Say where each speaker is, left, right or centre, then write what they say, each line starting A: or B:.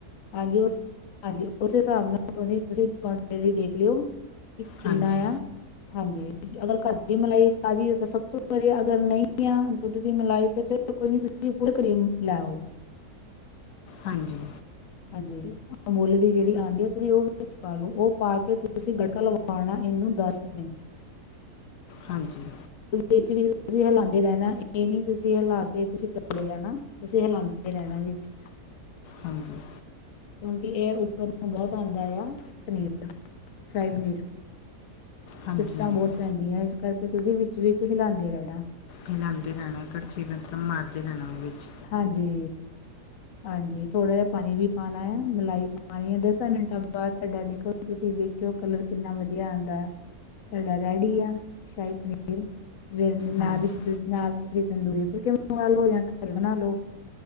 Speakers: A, on the left; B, on the left.
A: ਹਾਂਜੀ ਉਸ ਹਾਂਜੀ ਉਸ ਹਿਸਾਬ ਨਾਲ ਦੇਖ ਲਿਓ? ਇੱਕ ਕਿੰਨਾ
B: ਹਾਂਜੀ
A: ਆ? ਹਾਂਜੀ ਅਗਰ ਘਰ ਦੀ ਮਲਾਈ ਤਾਜ਼ੀ ਹੋ ਤਾਂ ਸਭ ਤੋਂ ਵਧੀਆ ਅਗਰ ਨਹੀਂ ਆ ਦੁੱਧ ਦੀ ਮਲਾਈ ਤਾਂ ਚਲੋ ਕੋਈ ਨੀਂ। ਦੀਪ ਕਰੀਮ ਲਿਆਓ।
B: ਹਾਂਜੀ।
A: ਹਾਂਜੀ ਅਮੂੱਲ ਦੀ ਜਿਹੜੀ ਆਉਂਦੀ ਆ ਤੁਸੀਂ ਉਹ ਵਿੱਚ ਪਾ ਲਓ ਉਹ ਪਾ ਕੇ ਤੁਸੀਂ ਗੱਟਾ ਲਵਾ? ਪਾਉਣਾ ਇਹਨੂੰ ਦਸ ਮਿੰਟ?
B: ਹਾਂਜੀ।
A: ਵਿੱਚ ਵੀ ਤੁਸੀਂ ਹਿਲਾਉਂਦੇ ਰਹਿਣਾ ਇਹ ਨੀ ਤੁਸੀਂ ਹਿਲਾ ਕੇ ਤੁਸੀਂ ਚਲੇ ਜਾਣਾ। ਤੁਸੀਂ ਹਲਉਂਦੇ ਰਹਿਣਾ ਵਿੱਚ।
B: ਹਾਂਜੀ।
A: ਕਿਉਂਕਿ ਇਹ ਉੱਪਰ ਬਹੁਤ ਆਉਂਦਾ ਆ ਪਨੀਰ ਸ਼ਰਾਹੀ ਪਨੀਰ।
B: ਹਾਂਜੀ
A: ਚਿੱਟਾਂ
B: ਹਾਂਜੀ
A: ਬਹੁਤ ਪੈਂਦੀਆਂ ਇਸ ਕਰਕੇ ਤੁਸੀਂ ਵਿੱਚ ਵਿਚ ਹਿਲਾਉਂਦੇ ਰਹਿਣਾ।
B: ਹਿਲਾਉਂਦੇ ਰਹਿਣਾ ਇੱਕੜਚੀ ਬਤਮ ਮਾਰਦੇ ਰਹਿਣਾ ਉਹ ਵਿੱਚ।
A: ਹਾਂਜੀ। ਹਾਂਜੀ ਥੋੜਾ ਜਹਾ ਪਾਣੀ ਵੀ ਪਾਉਣਾ ਆ ਮਲਾਈ ਪਾਉਣੀ ਆ ਦਸਾਂ ਮਿੰਟਾਂ ਬਾਅਦ ਤੁਹਾਡਾ ਦੇਖੋ? ਤੁਸੀਂ ਦੇਖਿਓ ਕਲਰ ਕਿੰਨਾ ਵਧੀਆ ਆਉਂਦਾ ਹੈ ਤੁਹਾਡਾ ਰੈਡੀ ਆ ਸ਼ਾਹੀ ਪਨੀਰ। ਫ ਨਾ
B: ਹਾਂਜੀ
A: ਵਿੱਚ ਨਾਲ ਤੁਸੀਂ ਤੰਦੂਰੀ ਫੁਲਕੇ ਮੰਗਵਾਾਲੋ ਜਾਂ ਘਰੇ ਬਣਾ ਲੋ।